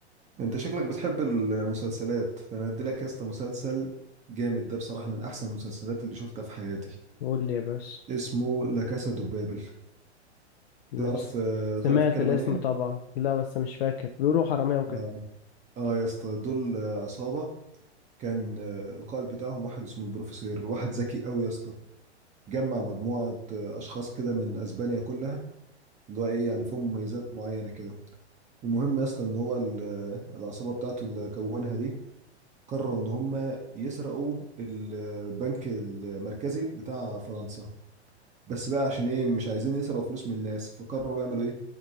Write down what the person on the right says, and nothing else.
انت شكلك بتحب المسلسلات فانا ادي لك يا اسطى مسلسل جامد ده بصراحة من احسن المسلسلات اللي شفتها في حياتي
اسمه لا كاسا دوبابل
تعرف آه،
تعرف الكلام
عن ايه؟
اه اه يا اسطى دول آه، عصابة كان آه، القائد بتاعهم واحد اسمه البروفيسور واحد ذكي قوي يا اسطى جمع مجموعة آه، أشخاص كده من أسبانيا كلها اللي هو إيه يعني فيهم مميزات معينة كده المهم يا اسطى إن هو ال- آه، العصابة بتاعته اللي كونها دي قرروا إن هم يسرقوا البنك المركزي بتاع فرنسا بس بقى عشان إيه مش عايزين يسرقوا فلوس من الناس فقرروا يعملوا إيه؟